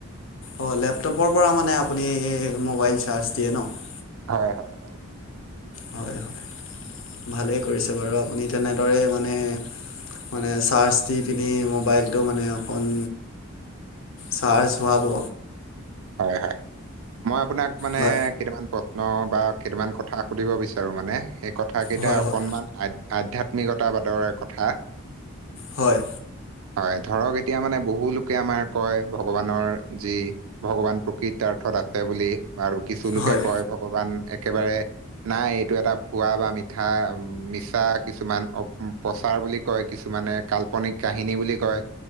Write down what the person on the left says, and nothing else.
অ', লেপটপৰ পৰা মানে আপুনি মোবাইল চাৰ্জ দিয়ে ন',
হয়, হয়। ভালেই কৰিছে বাৰু আপুনি তেনেদৰে মানে মানে চাৰ্জ দি পিনি মোবাইল টো মানে অকণ চাৰ্জ হোৱাব।
বা
হয়
হয়
হয়।
হয়